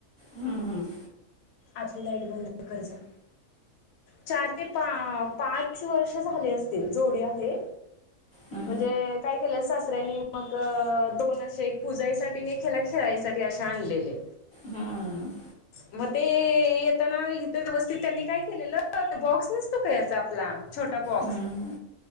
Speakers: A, in the centre; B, on the left (about 85°).
A: हं हं.
B: आतली लाईट बंद कर जा. चार ते पा पाच वर्ष झाले असतील, जोडी आहे.
A: हां.
B: म्हणजे केलंय सासऱ्यांनी, मग दोन अशे एक पूजायसाठी आणि एक हेला खेळायसाठी असे आणलेले.
A: हां.
B: मग ते येताना इथं व्यवस्थित त्यांनी काय केलेलं, तो बॉक्स नसतो का याचा आपला छोटा बॉक्स
A: हम्म